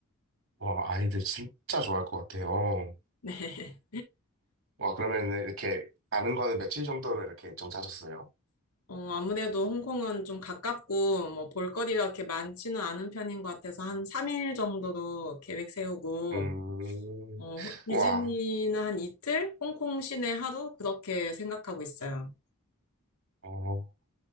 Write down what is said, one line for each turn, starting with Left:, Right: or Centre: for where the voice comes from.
Right: 와, 아이들 진짜 좋아할 것 같아요.
Left: 네.
Right: 와, 그러면 이렇게 가는 거는 며칠 정도로 이렇게 일정 짜셨어요?
Left: 어, 아무래도 홍콩은 좀 가깝고 뭐 볼거리가 그렇게 많지는 않은 편인 것 같아서 한 3일 정도로 계획 세우고
Right: 음,
Left: 어, 디즈니는
Right: 와,
Left: 한 이틀, 홍콩 시내 하루 그렇게 생각하고 있어요.
Right: 어,